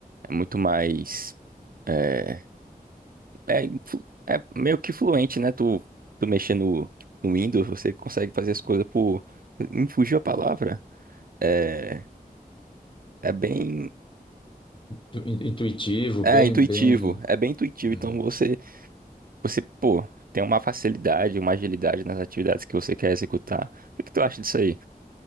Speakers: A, on the right (about 65°); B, on the left (about 30°).
A: é muito mais, é, é, influ- é meio que fluente, né? Tu, tu mexer no, no Windows, você consegue fazer as coisas por, me fugiu a palavra. É, é bem.
B: tu- in- intuitivo,
A: É
B: bem,
A: intuitivo,
B: bem,
A: é bem intuitivo.
B: hum,
A: Então você, você, pô, tem uma facilidade, uma agilidade nas atividades que você quer executar. O que tu acha disso aí?